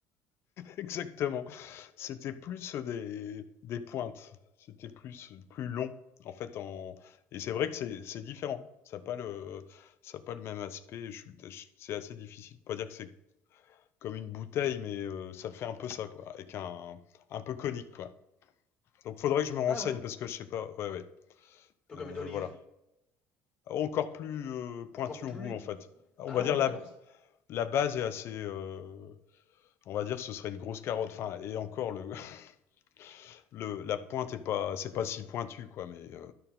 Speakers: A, on the left; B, on the left.
A: exactement. C'était plus des, des pointes. C'était plus, plus long, en fait. En... Et c'est vrai que c'est c'est différent. Ça n'a pas le, ça a pas le même aspect. Je suis- je- C'est assez difficile. de Pas dire que c'est comme une bouteille, mais euh, ça fait un peu ça, quoi. Avec un, un peu conique, quoi. Donc faudrait que je me renseigne
B: Ah ouais, un
A: parce que je sais pas. Ouais, ouais.
B: peu
A: Euh,
B: comme une olive.
A: voilà. Encore plus euh, pointu
B: Encore plus.
A: au bout en fait. On
B: Ah
A: va dire
B: ouais,
A: la,
B: alors
A: la base est assez. euh, on va dire ce serait une grosse carotte. Enfin et encore le, <laughs> le la pointe est pas c'est pas si pointu quoi. Mais, euh,